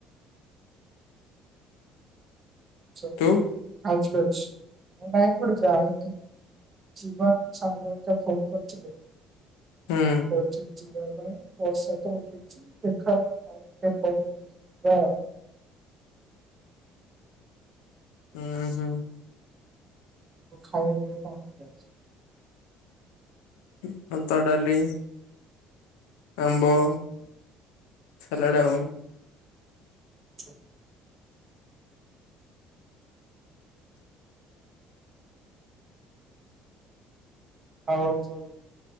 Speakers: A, on the right; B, on the left.
A: ଛେ
B: ତୁ
A: ଆଉଛି ଯାଉଛି। ନାଇଁ କୁଆଡେ ଯାଇନି ଯିବା ସାଙ୍ଗ ହେକା ଫୋନ୍ କରିଥିଲେ। ଛି
B: ହୁଁ
A: ପଛିିଯିବା। ପାଇଁ ବର୍ଷା ତ ଉଠେଇଛି ଦେଖା ଆଉ ଟିକେ ପରେ ଯିବା।
B: ହୁଁ ହୁଁ।
A: ଖାଇବା ପିଇବା କଣ ହେଇଛି ଆଜି?
B: ଏ ଭାତ ଡାଲି ଆମ୍ବ ସାଲାଡ୍
A: ଆଛା। ଆଉ ସବୁ